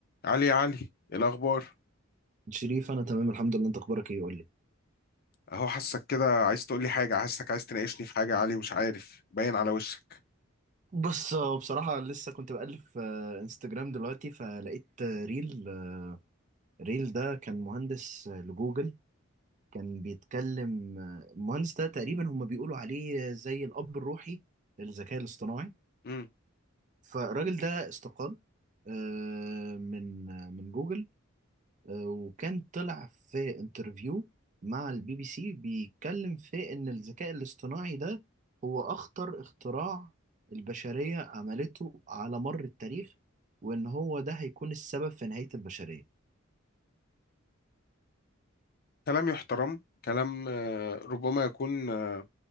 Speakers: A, on the left (about 50°); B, on the right (about 35°).
A: علي يا علي إيه الاخبار
B: شريف انا تمام الحمد لله انت اخبارك ايه قول لي
A: اهو حاسك كده عايز تقول لي حاجه حاسك عايز تناقشني في حاجه يا علي مش عارف باين على وشك
B: بص هو بصراحة لسه كنت بألف آه، انستجرام دلوقتي فلقيت آه، ريل آه، ريل ده كان مهندس آه، لجوجل كان بيتكلم آه، المهندس ده تقريبا هم بيقولوا عليه آه، زي الأب الروحي للذكاء الاصطناعي
A: امم
B: فالراجل ده استقال آه، من آه، من جوجل آه، وكان طلع في انترفيو مع البي بي سي بيتكلم في ان الذكاء الاصطناعي ده هو اخطر اختراع البشرية عملته على مر التاريخ وان هو ده هيكون السبب في نهاية البشرية
A: كلام يحترم كلام آه، ربما يكون آه،